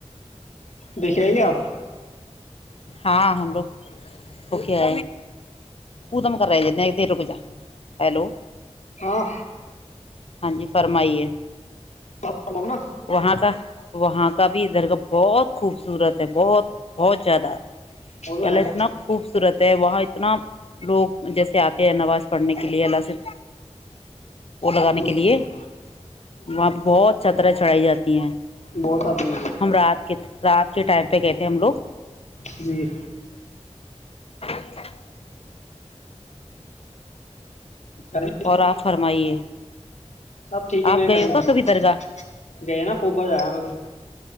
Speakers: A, on the left; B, on the left.
A: دیکھ رہے گے آپ
B: ہاں ہم لوگکئے ا دم کر رہے ہیں جنے دیر رک جا ہیلو
A: ہاں
B: ہاں جی فرمائیے
A: کرو نا
B: وہاں کا وہاں کا بھی دھرگاہ بہت خوبصورت ہے بہت بہت زیادہ
A: وہ تو
B: یہ اللہ
A: ہے
B: اتنا خوبصورت ہے وہاں اتنا لوگ جیسے آتے ہیں نماز پڑھنے کے لیے اللہ سے وہ لگانے
A: ہ
B: کے لیے وہاں پہ بہت چا طرح چڑھائی جاتی ہیں
A: بہت آتی ہے
B: ہم رات رات کے ٹائم پہ کہتے ہیں ہم لوگ
A: جی
B: اچ
A: گھر میں
B: اور آپ فرمائیے
A: سب ٹھیک ہے
B: آپ
A: میرے
B: گئے
A: گھر
B: ہو
A: میں
B: کا
A: تو
B: کبھی درگاہ
A: گئے نا خوب باز آیا میں تو